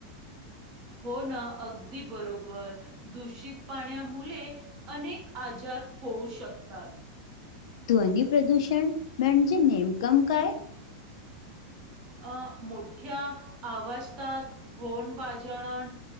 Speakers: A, on the right; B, on the left.
A: हो ना. अगदी बरोबर. दूषित पाण्या मुले- अनेकं आजार होऊ शकतात.
B: ध्वंनी प्रदूषणं म्हणजे नेमंकमं कायं? -
A: अं. मोंठ्या आवांजतातं होन वाजणणं.